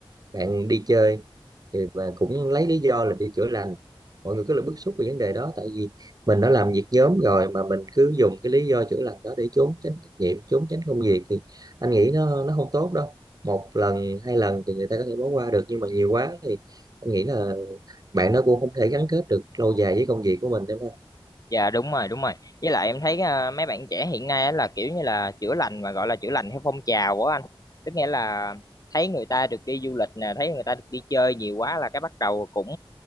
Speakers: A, on the right (about 45°); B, on the left (about 40°).
A: bạn đi chơi thì và cũng lấy lý do là đi chữa lành mọi người cứ là bức xúc về vấn đề đó tại vì mình đã làm việc nhóm rồi mà mình cứ dùng cái lý do chữa lành đó để trốn tránh trách nhiệm trốn tránh công việc thì anh nghĩ nó nó không tốt đâu một lần hai lần thì người ta có thể bỏ qua được nhưng mà nhiều quá thì anh nghĩ là bạn nó cũng không thể gắn kết được lâu dài với công việc của mình đúng không
B: Dạ đúng rồi đúng rồi với lại em thấy à, mấy bạn trẻ hiện nay á là kiểu như là chữa lành mà gọi là chữa lành theo phong trào của anh tức nghĩa là thấy người ta được đi du lịch nè thấy người ta được đi chơi nhiều quá là cái bắt đầu cũng